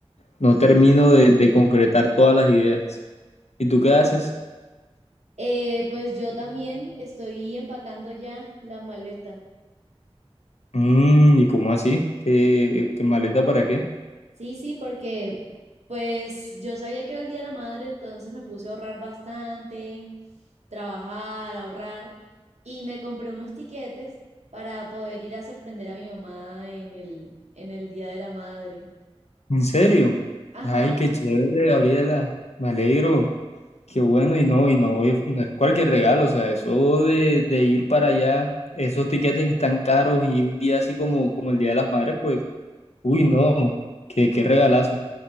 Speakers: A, on the left; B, on the right.
A: no termino de, de concretar todas las ideas. ¿Y tú qué haces?
B: Eh, pues yo también estoy empacando ya la maleta.
A: Mm, ¿y cómo así? ¿Qué, qué maleta para qué?
B: Sí, sí, porque pues yo sabía que era el Día de la Madre, entonces me puse a ahorrar bastante, trabajar, ahorrar y me compré unos tiquetes para poder ir a sorprender a mi mamá en el, en el Día de la Madre.
A: ¿En serio?
B: Ajá.
A: Ay, qué chévere, Gabriela. Me alegro. Qué bueno, y no, y no, es- no es cualquier regalo, o sea, eso de, de ir para allá, esos tiquetes que están caros y un día así como, como el Día de las Madres, pues, uy, no, qué, qué regalazo,